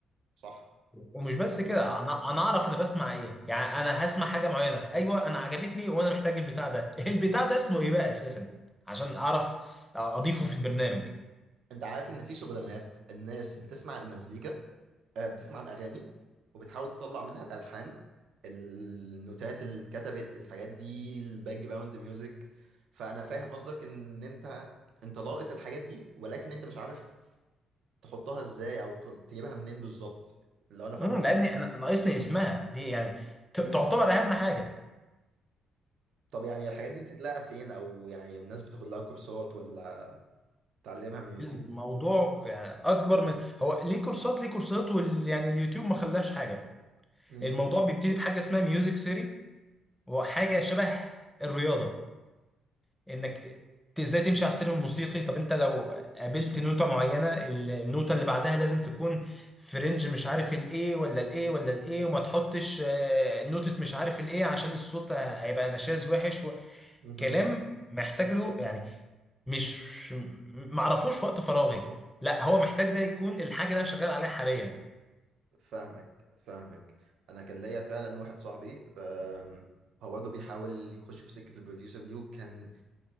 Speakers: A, on the right; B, in the centre.
A: صح
B: ومش
A: <laughs>
B: بس كده انا انا اعرف انا بسمع ايه يعني انا هسمع حاجه معينه ايوه انا عجبتني وانا محتاج البتاع ده <laughs> البتاع ده اسمه ايه بقى اساسا عشان اعرف اضيفه في البرنامج
A: انت عارف ان في شغلانات الناس بتسمع المزيكا أه بتسمع الاغاني وبتحاول تطلع منها الالحان النوتات اللي اتكتبت الحاجات دي الباك جراوند ميوزك فانا فاهم قصدك ان انت انت لاقط الحاجات دي ولكن انت مش عارف تحطها ازاي او ت- تجيبها منين بالظبط لو انا فاهمك
B: مم، لان انا ناقصني اسمها دي يعني ت-
A: صح
B: تعتبر اهم حاجه
A: طب يعني الحاجات دي تتلاقى فين او يعني الناس بتاخد لها كورسات ولا تعلمها من يوتيوب
B: الموضوع يعني اكبر من هو ليه كورسات ليه كورسات وال... يعني اليوتيوب ما خلاش حاجه
A: امم
B: الموضوع بيبتدي بحاجه اسمها ميوزك ثيري وهو حاجه شبه الرياضه انك ت- ازاي تمشي على السلم الموسيقي طب انت لو قابلت نوتة معينة ال- النوتة اللي بعدها لازم تكون في رينج مش عارف الايه ولا الايه ولا الايه وما تحطش آه، نوتة مش عارف الايه عشان الصوت هيبقى نشاز وحش
A: امم
B: كلام محتاج له يعني مش معرفوش في وقت فراغي لا هو محتاج ده يكون الحاجه اللي انا شغال عليها حاليا
A: فاهمك فاهمك انا كان ليا فعلا واحد صاحبي أم، هو برضه بيحاول يخش في سكة البروديوسر دي وكان